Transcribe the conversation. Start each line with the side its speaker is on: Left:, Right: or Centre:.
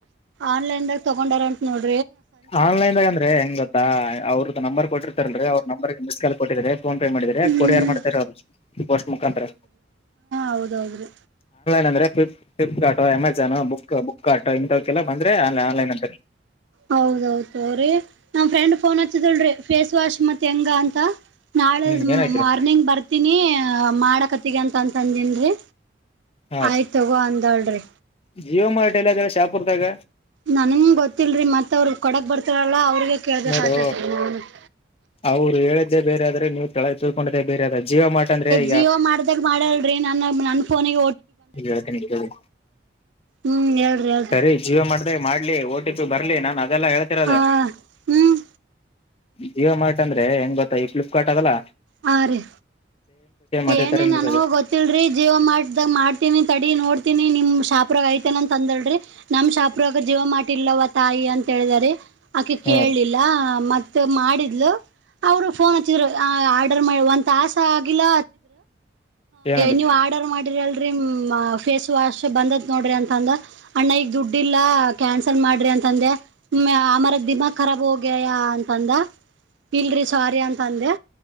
Right: ಆನ್ಲೈನ್ದಾಗ ತಗೊಂಡಾರ ಅಂತ ನೋಡಿ
Left: ಆನ್ಲೈನ್ದಾಗ ಅಂದ್ರೆ ಹೆಂಗ್ ಗೊತ್ತಾ ಅವ್ರದ್ದು ನಂಬರ್ ಕೊಟ್ಟಿರ್ತಾರದ್ರೆ ಅವ್ರ ನಂಬರ್ ಮಿಸ್ ಕಾಲ್ ಕೊಟ್ಟಿದ್ರೆ ಫೋನ್ ಪೇ ಮಾಡಿದ್ರ
Right: ಹ್ಮ್
Left: ಕೊರಿಯರ್ ಮಾಡ್ತಾರೆ ಅವರು ಪೋಸ್ಟ್ ಮುಖಾಂತರ
Right: ಹೌದೌದುದು
Left: ಏಂದ್ರೆಫ್ಲಿಪ್ Flipkart Amazon book book cart ಇಂಥ ಕೆಲಲ್ಲ ಬಂದ್ರೆ ಅಲ್ಲಿ ಆನ್ಲೈನ್ ಅಂತ
Right: ಹೌದೌದು ರರಿ ನಮ್ ಫ್ರೆಂಡ್ ಫೋನ್ ಹಚ್ಚಿದಲ್ರಿ ಫೇಸ್ ವಾಶ್ ಮತ್ತತ್ ಹೆಂಗ ಅಂತ ನಾಳೆ
Left: ಹ್ಮ್ ಏನಾಯ್ತರ
Right: ಮಾರ್ನಿಂಗ್ ಬರ್ತೀನಿ ಮಾಡಕತ್ತಗೆ ಅಂತ ಅಂತಂದನ್ ರಿ
Left: ಹ
Right: ಆಯ್ತ್ ತಗೋ ಅಂದಾಳ್ರಿ
Left: ಜಿಯೋ ಮಾರ್ಟ ಎಲ್ಲ ಅದೆಲ್ಲ ಶಾಪುರ್ತಾಗ
Right: ನನ್ಗ ಗೊತ್ತಿಲ್ರಿ ಮತ್ ಅವ್ರಗ್ ಕೊಡಕ್ ಬರ್ತಾರಲ್ಲ ಅವ್ರಗ ಕೇಬೇಕಕ್
Left: ನೋಡು
Right: ಆತತಿ ನ ಹ
Left: ಅವ್ರು ಹೇಳಿದ್ದೇ ಬೇರೆ ಆದ್ರೆ ನೀವು ತಳ ತಿಳ್ಕೊಂಡಿದ್ದೇ ಬೇರೆ ಜಿಯೋ ಮಾರ್ಟ್ ಅಂದ್ರೆ ಈಗ
Right: ಜಿಯೋ ಮಾಗ ಮಾಡಲ್ರಿ ನನ್ನ ನನ್ ಫೋಗೆ
Left: ಇವತ್ತಿನಿ ಕೇಳಿ
Right: ಹ್ಮ್ ಹೇಳ್ರಿ ಹೇಳ್ರಿ
Left: ಸರಿ ಜೀವ ಮಾಡ್ರೆ ಮಾಡ್ಲಿ ಓಟಿ ಚು ಬರ್ಲಿ ನಾನು ಅದೆಲ್ಲಾ ಹೇಳ್ತಿರೋದು
Right: ಹ ಹ್ಮ್
Left: ಜಿಯೋ ಮಾರ್ಟ್ ಅಂದ್ರೆ ಹೆಂಗ್ ಗೊತ್ತಾ ಈ ಫ್ಲಿಪ್ಕಾರ್ಟ್ ಅದಲ್ಲಾ
Right: ಹ ರೀ
Left: ಅದೇ
Right: ಏನೇನ್
Left: ತರ
Right: ನನ್ಗೋ
Left: ಇರೋದು
Right: ಗೊತ್ತಿಲ್ರಿ ಜೀವ ಮಾಡ್ದಾಗ ಮಾಡ ತಡಿ ನೋಡ್ತೀನಿ ನಿಮ್ ಶಾಪ್ರಾಗ ಐತೆತನ ಅಂತ ಅಂದಳ್ರಿ ನಮ ಶಾಪ್ರಾಗ ಜೀವ ಮಾಡಿ ಇಲ್ವ ತಾಯಿ ಅಂತ ಹೇಳಿದಿದ್ದಾರೆ ಆಕೆ ಕೇಳಲಿಲ್ಲ
Left: ಹ
Right: ಮ ಮಾಡಿದ್ಲು ಅವರು ಫೋನ್ ಹಚ್ಚಿದ್ರು ಆರ್ಡರ್ ಮಾಡ ಒನ್ ಆಸೆ ಆಗಿಲ್ಲ
Left: ಏನಂದ್ರ
Right: ನೀವು ಆರ್ಡರ್ ಮಾಡ ಅಲ್ ಫೇಸ್ ವಾಶ್ ಬಂದ ನೋಡ್ರಿ ಅಂತಂದ ಅಣ್ಣ ಈಗ ದುಡ್ ಇಲ್ಲ ಕ್ಯಾನ್ಸಲ್ ಮಾಡ ಮಾಡ್ರಿ ಅಂತಂದೆ ಆಮರ ದಿಮಾಗ್ ಖರಾ ಹೋಗ್ಯಯ ಅಂತಂದ ಇಲ್ರಿ ಸಾರಿ ಅಂತ ಅಂದೆ